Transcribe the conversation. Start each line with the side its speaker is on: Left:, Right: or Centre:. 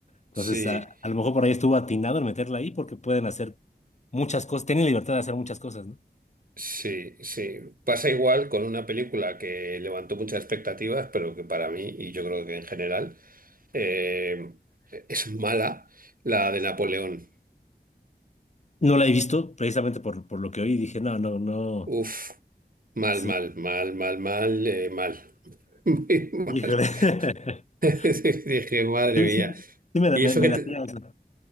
Left: Entonces,
Right: sí,
Left: a, a lo mejor por ahí estuvo atinado en meterla ahí porque pueden hacer muchas cosas, tienen libertad de hacer muchas cosas, ¿no?
Right: sí, sí. Pasa igual con una película que levantó muchas expectativas, pero que para mí, y yo creo que en general, eh, es mala, la de Napoleón.
Left: No la he visto precisamente por, por lo que oí, dije, no, no, no.
Right: Uf, mal,
Left: Sí,
Right: mal, mal, mal, mal, eh, mal, <laughs> muy mal.
Left: híjole. <laughs>
Right: <laughs> Dije, madre
Left: Sí,
Right: mía.
Left: sí, sí me, la-
Right: Y
Left: me,
Right: eso
Left: me
Right: que,
Left: latía,
Right: te-
Left: o sea.